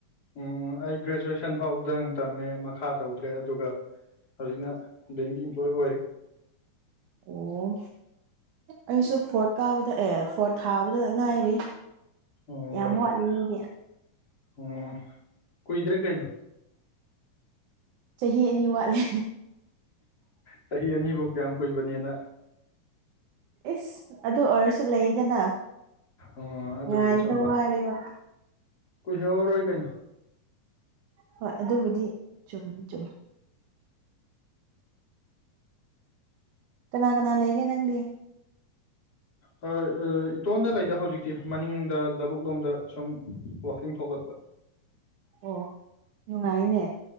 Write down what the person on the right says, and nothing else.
ꯑꯣ ꯑꯩꯁꯨ ꯐꯣꯔꯠ ꯀꯥꯕꯗ ꯑꯦ ꯐꯣꯔꯠ ꯊꯥꯕꯗ ꯉꯥꯏꯔꯤ
ꯌꯥꯝ ꯋꯥꯠꯂꯤꯅꯦ ꯑꯩꯗꯤ
ꯆꯍꯤ ꯑꯅꯤ ꯋꯥꯠꯂꯤ
ꯏꯁ ꯑꯗꯨ ꯑꯣꯏꯔꯁꯨ ꯂꯩꯗꯅ
ꯉꯥꯏꯕꯗ
ꯋꯥꯔꯦꯕ
ꯍꯣꯏ ꯑꯗꯨꯕꯨꯗꯤ ꯆꯨꯝ ꯆꯨꯝ ꯀꯅꯥ ꯀꯅꯥ ꯂꯩꯒꯦ ꯅꯪꯗꯤ
ꯑꯣ ꯅꯨꯡꯉꯥꯏꯅꯦ